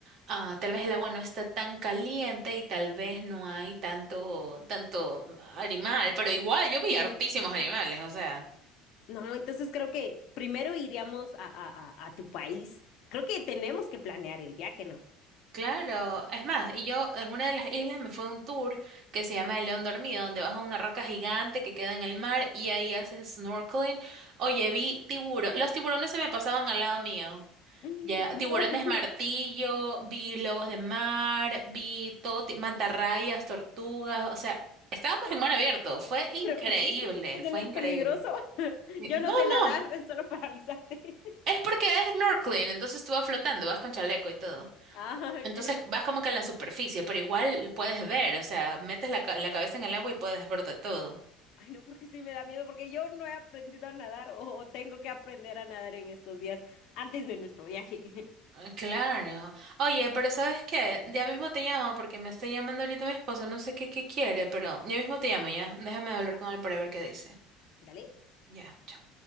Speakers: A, on the right; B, on the left.
A: ah, tal vez el agua no está tan caliente y tal vez no hay tanto, tanto animal, pero igual yo vi
B: sí.
A: hartísimos
B: <laughs>
A: animales, o sea.
B: No, entonces creo que primero iríamos a, a- a- a tu país. Creo que tenemos que planear el viaje, ¿no?
A: Claro, es más, y yo en una de las islas me fue un tour que se llama El León Dormido, donde vas a una roca gigante que queda en el mar y ahí haces snorkeling. Oye, vi tiburón, los tiburones se me pasaban al lado mío.
B: <gasps>
A: Ya,
B: <laughs> No,
A: tiburones
B: <laughs>
A: martillo, vi lobos de mar, vi todo, ti- mantarrayas, tortugas, o sea, estábamos
B: oye,
A: en mar abierto, fue increíble,
B: pero <laughs> eso
A: fue
B: no
A: increíble.
B: es peligroso. <laughs>
A: Sí,
B: Yo
A: No,
B: no sé nadar,
A: no,
B: es solo para avisarte. <laughs>
A: es porque es snorkeling, entonces tú vas flotando, vas con chaleco y todo.
B: Ay,
A: Entonces
B: ya, ya.
A: vas como que en la superficie, pero igual puedes ver, o sea, metes la, ca- la cabeza en el agua y puedes ver de todo.
B: Ay, no, porque sí me da miedo, porque yo no he aprendido a nadar o, o tengo que aprender a nadar en estos días antes de nuestro viaje.
A: Ah, Claro. Oye, pero ¿sabes qué? Ya mismo te llamo porque me está llamando ahorita mi esposo, no sé qué, qué quiere, pero ya mismo te llamo ya. Déjame hablar
B: <laughs> Va,
A: con él para ver qué dice.
B: dale.
A: Ya, chao.